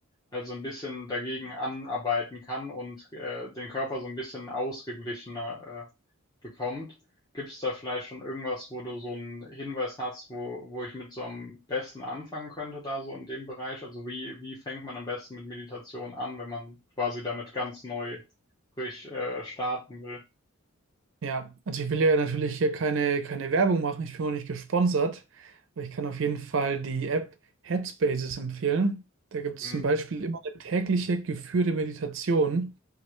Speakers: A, on the left; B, on the right.
A: also ein bisschen dagegen anarbeiten kann und äh, den Körper so ein bisschen ausgeglichener äh, bekommt. Gibt es da vielleicht schon irgendwas, wo du so einen Hinweis hast, wo, wo ich mit so am besten anfangen könnte, da so in dem Bereich? Also wie, wie fängt man am besten mit Meditation an, wenn man quasi damit ganz neu frisch äh, starten will?
B: Ja, also ich will ja natürlich hier keine, keine Werbung machen, ich bin auch nicht gesponsert, aber ich kann auf jeden Fall die App Headspaces empfehlen. Da gibt es
A: Mhm.
B: zum Beispiel immer eine tägliche geführte Meditation.